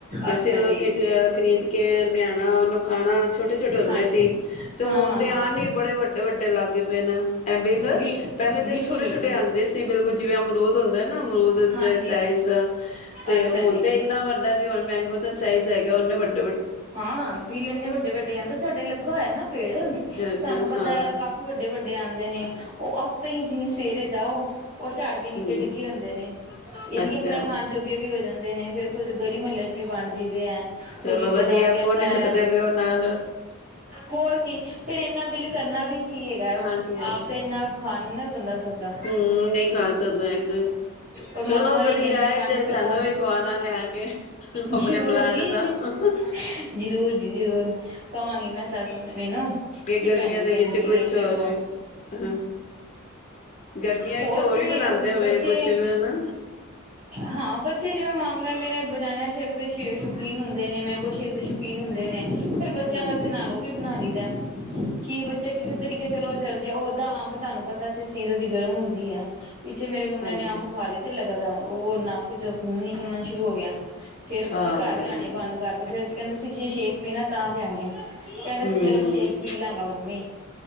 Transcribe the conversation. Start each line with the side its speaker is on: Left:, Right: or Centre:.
Left: ਅਸੀਂ
Right: ਅੱਛਾ
Left: ਉਦੋਂ
Right: ਜੀ
Left: ਖਰੀਦ ਕੇ ਲਿਆ ਨਾ ਉਦੋਂ ਖਾਣਾ ਛੋਟੇ ਛੋਟੇ ਹੁੰਦੇ
Right: ਹਾਂ
Left: ਸੀ। ਤੇ
Right: ਹਾਂ
Left: ਹੁਣ
Right: ਹਾਂ
Left: ਤੇ
Right: ਹਾਂ
Left: ਆ ਨੀ ਬੜੇ ਵੱਡੇ ਵੱਡੇ ਲੱਗ ਗਏ <unintelligible> ਐ ਬਿਲ
Right: ਬਿਲਕੁਲ
Left: ਪਹਿਲੇ ਤੇ
Right: ਬਿਲਕੁਲ
Left: ਛੋਟੇ
Right: ਬਿਲਕੁਲ
Left: ਛੋਟੇ ਆਉਂਦੇ ਸੀ ਬਿਲਕੁਲ ਜਿਵੇਂ ਅਮਰੂਦ ਹੁੰਦਾ ਨਾ ਅਮਰੂਦ
Right: ਹਾਂਜੀ
Left: ਦੇ ਸਾਈਜ ਦਾ ਤੇ
Right: ਅੱਛਾ
Left: ਹੁਣ
Right: ਜੀ
Left: ਤੇ ਇੰਨਾ ਵੱਡਾ ਜਿਵੇਂ ਮੈਂਗੋ ਦਾ ਸਾਈਜ ਹੈਗਾ ਉਨਾ ਵੱਡਾ
Right: ਹਾਂ ਵੀੀ ਲ ਇੰਨੇ ਵੱਡੇ ਵੱਡੇ ਕਹਿੰਦੇ ਸਾਡੇ ਲੱਗੇ। ਇਆ ਨਾ ਪੇੜ
Left: ਅੱਛਾ
Right: ਸਾਨੂੰ ਪਤਾ
Left: ਹਾਂ
Right: ਕਾਫ਼ੀ ਵੱਡੇ ਵੱਡੇ ਆਉਂਦੇ ਨੇ। ਉਹ ਆਪੇ ਹੀ ਜਿਵੇਂ ਸਵੇਰੇ ਜਾਓ <unintelligible> ਝੜ ਕੇ ਨੀਚੇ
Left: ਹੂੰ
Right: ਡਿੱਗੇ ਹੁੰਦੇ ਨੇ ਯੀ
Left: ਅੱਛਾ
Right: ਕਿ ਆਪਣੇ ਖਾਣ ਜੋਗੇ ਵੀ ਹੋ ਜਾਂਦੇ ਨੇ ਫੇਰ ਕੁੱਝ ਗਲੀ ਮਹੱਲੇ ਚ ਵੀ ਵੰਡ ਦਦੇ ਹੈ।
Left: ਚਲੋ
Right: ਕੋਈ ਰਿਸ਼ਤੇਦਾਰ
Left: ਵਧੀਆ।
Right: ਕਹਿੰਦਾ
Left: ਭੁੰਨ
Right: ਹੈ
Left: ਖਟਦੇ ਪਿਓ ਨਾਲ
Right: ਹੋਰ ਕੀ ਫੇਰ ਇੰਨਾ ਬਿੱਲ ਕਰਨਾ ਵੀ ਕੀ ਹੈਗਾ
Left: ਹਾਂਜੀ
Right: ਆਪ ਤਾਂ ਇੰਨਾ ਖਾ ਨੀ ਨਾ ਬੰਦਾ ਸਕਦਾ
Left: ਹਮ ਨਹੀਂ ਖਾ ਸਕਦਾ ਇਹ ਤੇ
Right: ਪਰਮਾਤਮਾ
Left: ਚਲੋ
Right: ਵੀ
Left: ਕਦੀ
Right: ਕਹਿੰਦਾ
Left: ਆਏ
Right: ਵੰਡ
Left: ਤੇ
Right: ਛਕੋ
Left: ਸਾਨੂੰ ਵੀ ਖਵਾਉਣਾ ਲਿਆ ਕੇ ਆਪਣੇ
Right: ਜ਼ਰੂਰ
Left: ਪਲਾਟ
Right: ਜੀ
Left: ਦਾ <unintelligible>
Right: ਜ਼ਰੂਰ ਜੀ ਜ਼ਰੂਰ। ਕਵਾਂਗੀ ਮੈਂ ਸੱਸ ਆਪਣੇ ਨੂੰ ਕਿ
Left: ਗਰਮੀਆਂ
Right: ਭੈਣ ਜ
Left: ਦੇ
Right: ਕਹਿੰਦੇ
Left: ਵਿੱਚ
Right: ਸੀਗੇ
Left: ਕੁਛ
Right: ਚਲੋ
Left: ਹੋਰ ਹਾਂ ਗਰਮੀਆਂ
Right: ਹੋਰ
Left: ਵਿੱਚ
Right: ਜਿਵੇਂ
Left: ਵੀ ਬਣਾਦੇ ਹੋਵੇ
Right: ਬੱਚੇ
Left: ਕੁਛ ਹਨਾ
Right: ਹਾਂ ਬੱਚੇ ਜਿਵੇਂ ਮੰਗ ਲੈਂਦੇ ਨੇ ਬਨੈਾ ਸ਼ੇਕ ਦੇ ਸ਼ੌਕੀਨ ਹੁੰਦੇ ਨੇ ਮੈਂ ਕੁਛ ਦੇ ਸ਼ੌਕੀਨ ਹੁੰਦੇ ਨੇ। ਫਿਰ ਬੱਚਿਆਂ
Left: ਹਾਂਜੀ
Right: ਵਾਸਤੇ ਨਾਲ ਉਹ ਵੀ ਬਣਾ ਲਈ ਕੀ ਬੱਚਾ ਕਿਸੇ ਤਰੀਕੇ ਚਲੋ ਚਲ ਜਾੇ ਓਦਾ ਅੰਬ ਤੁਹਾਨੂੰ ਪਤਾ ਤੇ ਸੀਰੋ ਦੀ ਗਰਮ ਹੁੰਦੀ ਹੈ। ਪਿੱਛੇ ਮੇਰੇੰਡ
Left: ਹਾਂਜੀ
Right: ਨੇ ਅੰਬ ਖਾਏ ਤੇ ਲਗਾ ਉਹ ਨੱਕ ਚੋਂ ਖ਼ੂਨ ਨਿਕਲਣਾ ਸ਼ੁਰੂ ਹੋ ਗਿਆ। ਫੇਰ
Left: ਹਾਂ
Right: ਅਸੀਂ ਘਰ
Left: ਗਰਮ
Right: ਲਿਆਣੇ ਬੰਦ ਕਰ ਫਿਰ ਅਸੀਂ ਕਹਿੰਦੇ ਸੀ ਜੇ ਸ਼ੇਕ ਪੀਣਾ ਤਾਂ ਲਿਆਣੀ ਆ। ਕਹਿੰਦਾ
Left: ਹੂੰ
Right: ਸੀ ਚਲੋ ਛੇਕ ਪੀ ਲਾਂਗਾ ਮੰਮੀ।